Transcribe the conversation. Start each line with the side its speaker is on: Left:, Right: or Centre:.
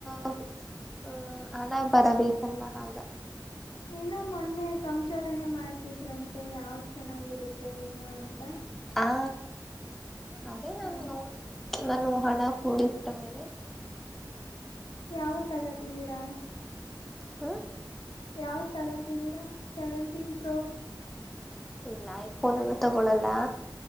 Centre: ಹ್ಮ ಹಣ ಬರಬೇಕಲ್ಲಾ ಹಾಗ.
Left: ಏನೋ ಮೊನ್ನೆ ಸಂಶೋಧನೆ ಮಾಡ್ತಿದ್. ಅದ್ರಂತೆ ಯಾವ್ದ್ ಚೆನ್ನಾಗಿರುತ್ತೆ ಏನು ಅಂತ
Centre: ಹಾ ಅದೇ ನಾನು
Left: ಹ
Centre: ನೋಡಿ ನಾನು ಹಣ ಕೂಡಿಟ್ಟ ಮೇಲೆ.
Left: ಯಾವತ್ ತಗತ್ತಿದೀರಾ.
Centre: ಹಾ
Left: ಯಾವ ತಗಂತಿದ್ದೀರಾ ಸೆವೆಂಟೀನ್ ಪ್ರೋ
Centre: ಇಲ್ಲ ಐಫೋನ್ ತಗೊಳಲ್ಲ.